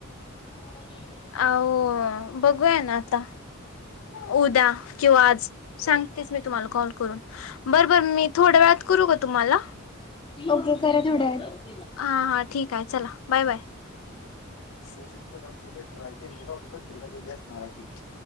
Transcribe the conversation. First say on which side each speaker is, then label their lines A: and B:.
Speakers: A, on the left (about 25°); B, on the left (about 80°).
A: ह <inaudible>
B: अ व बघूया ना आता. उद्या किंवा आज सांगतेस मी तुम्हाला कॉल करून बर बर मी. थोड्या वेळात करू का तुम्हाला.
A: ओके करा तेवढ्या वेळात.
B: हा हा ठीक आहे चला बाय बाय. सुजित प्रधान च लेटर हाय तेली गावची पत्रिका दिली असणार आहे ती.